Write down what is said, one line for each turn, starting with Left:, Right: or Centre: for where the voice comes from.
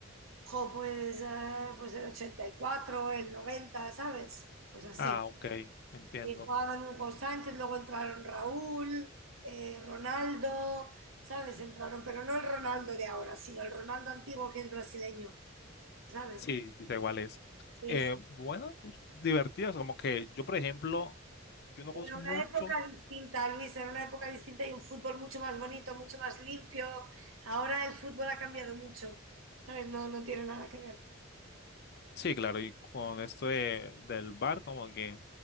Right: jo, pues, eh, pues el 84 el noventa ¿sabes? Pues así.
Left: Ah, ok, entiendo.
Right: Y jugaban Hugo Sánchez, luego entraron Raúl, eh, Ronaldo, ¿sabes? Entraron, pero no el Ronaldo de ahora, sino el Ronaldo antiguo que es brasileño, ¿sabes?
Left: Sí, sí, da igual es.
Right: Sí,
Left: Eh, bueno, pues divertidas, como que yo, por ejemplo, yo no
Right: Era
Left: conozco
Right: una
Left: mucho.
Right: época distinta, Luis, era una época distinta y un fútbol mucho más bonito, mucho más limpio. Ahora el fútbol ha cambiado mucho, ¿sabes? No, no tiene nada que ver.
Left: Sí, claro, y con esto de- del bar como que